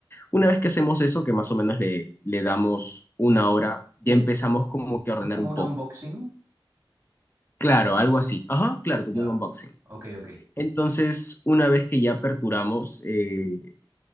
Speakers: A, on the left; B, on the right.
A: Una vez que hacemos eso, que más o menos le, le damos una hora, ya
B: Sí,
A: empezamos como que a ordenar
B: Es como
A: un
B: un
A: poco.
B: unboxing.
A: Claro, algo así. Ajá, claro,
B: Ya.
A: como un unboxing.
B: Ok, ok.
A: Entonces,
B: Sí.
A: una vez que ya aperturamos eh,